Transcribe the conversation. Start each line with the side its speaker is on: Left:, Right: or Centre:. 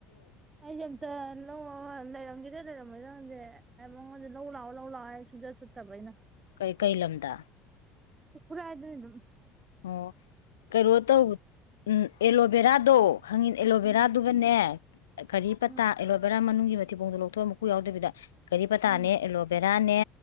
Right: ꯑꯩꯁꯝꯗ ꯂꯣ ꯂꯩꯔꯝꯈꯤꯗ ꯂꯩꯔꯝꯃꯣꯏꯔꯪꯁꯦ ꯑꯦ ꯃꯉꯣꯟꯗꯦ ꯂꯧ ꯂꯥꯛꯑꯣ ꯂꯧ ꯂꯥꯛꯑꯣ ꯑꯩ ꯁꯨꯖꯠ ꯆꯠꯇꯕ ꯑꯩꯅ
Left: ꯀꯩ ꯀꯩ ꯂꯝꯝꯗ
Right: ꯄꯨꯔ ꯍꯥꯏꯗꯅꯤ ꯑꯗꯨ
Left: ꯑꯣ ꯀꯣ ꯇ ꯎꯝ ꯑꯦꯂꯣꯕꯦꯔꯥꯗꯣ ꯈꯪꯉꯤ ꯑꯦꯂꯣꯚꯦꯔꯥꯗꯨꯒꯅꯦ
Right: ꯎꯝ
Left: ꯀꯔꯤ ꯄꯇꯥ
Right: ꯎꯝ
Left: ꯑꯦꯂꯣꯕꯦꯔꯥ ꯃꯅꯨꯡꯒꯤ ꯃꯊꯤꯕꯣꯡꯗꯣ ꯂꯧꯊꯣꯛꯒ ꯃꯀꯨ ꯌꯥꯎꯗꯕꯤꯗ ꯀꯔꯤ ꯄꯇꯥꯅꯦ
Right: ꯎꯝ
Left: ꯑꯦꯂꯣꯕꯦ ꯔꯅꯦ